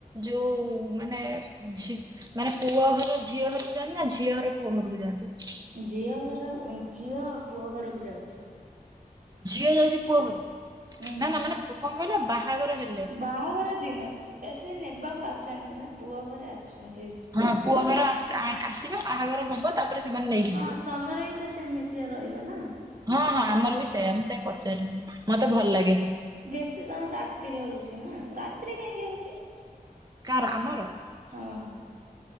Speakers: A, on the right; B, on the right.
A: ଯୋଉ ମାନେ। ଝି ମାନେ ପୁଅ ଘର ଝିଅ ଘରକୁ ଯାଆନ୍ତି ନା ଝିଅ ଘର ପୁଅ ଘରକୁ ଯାଆନ୍ତିନି।
B: ଝିଅ ଘର ଝିଅ ପୁଅ ଘରକୁ ଯାଉଛି।
A: ଝିଅ ଯାଉଛି ପୁଅ ଘରକୁ
B: ହୁଁ
A: ନା ନା ମାନେ କଣ କହିଲ ବାହାଘର ହେ
B: ବାହାଘର ଦିନ ସେ ନେବାକୁ ଆସଛନ୍ତି ନା ପୁଅ ଘର ଆସନ
A: ହଁ ପୁଅ ଘର ଆସ ଆସିବେ ବାହାଘର ହବ ତାପରେ। ସେମାନେ ନେଇକି
B: ହଁ
A: ଯିବେ।
B: ତମର ବି ତ ସେମିତିଆ ରହିବ ନା।
A: ହଁ ହଁ ଆମର ବି ସେ ମୁ ସେ ପଚାରିଲି ମତେ ଭଲ ଲାଗେ।
B: ବେଶୀ ତମର ରାତିରେ ହଉଛି ନା ରାତିରେ କାହିଁକି ହଉଛି।
A: କାର ଆମର।
B: ହଁ।